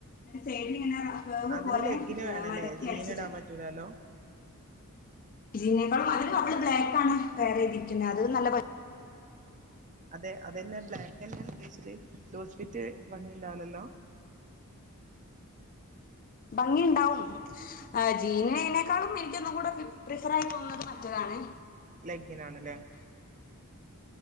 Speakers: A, on the left (about 40°); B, on the right (about 35°).
A: അതിന്റെ സൈഡില് ങ്ങനെ കറ്വ്പോലെ
B: അതിന് ലെഗിന് വേണല്ലേ
A: മടക്കി
B: ജീൻ
A: അടിച്ചിട്ടുണ്ട്
B: ഇടാൻ പറ്റൂലല്ലോ
A: ഇതിനേക്കാളും അതില്അവള് ബ്ലാക്ക് ആണ് പെയർ ചെയ്തിരിക്കുന്നത് അത് നല്ല ഭ
B: അതെ അതന്നെ ബ്ലാക്ക്ന്നെഉദ്ദേിച്ചത് ലൂസ് ഫിറ്റ്‌ ഭംഗി ഉണ്ടാവില്ലല്ലോ <inaudible>
A: ഭംഗിഉണ്ടാവും ജീനിനേക്കാളും എനിക്കൊന്നും കൂടെ പ്രിഫർ ആയി തോന്നുന്നത് മറ്റതാണ്
B: ലെഗിനാണ്ല്ലേ